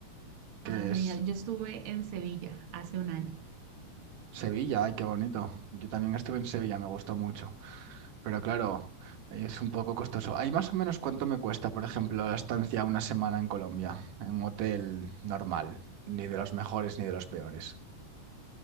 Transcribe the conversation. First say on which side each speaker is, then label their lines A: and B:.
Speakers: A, on the right (about 55°); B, on the right (about 80°).
A: Ah,
B: que
A: genial.
B: es
A: Yo estuve en Sevilla hace un año.
B: Sevilla. Ay, qué bonito. Yo también estuve en Sevilla, me gustó mucho. Pero claro, es un poco costoso. ¿Hay más o menos cuánto me cuesta, por ejemplo, la estancia una semana en Colombia, en un hotel normal? Ni de los mejores ni de los peores.